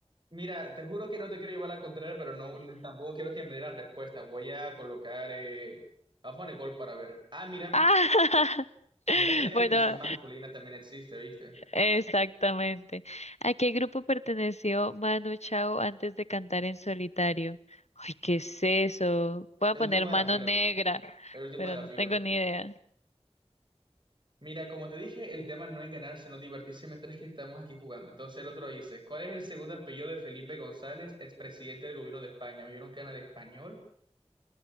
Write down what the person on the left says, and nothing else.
¡Ah! <laughs>
Bueno,
exactamente. ¿A qué grupo perteneció Manu Chao antes de cantar en solitario? Ay, ¿qué es eso? Voy
a poner
Mano
Negra,
pero
no
tengo ni idea.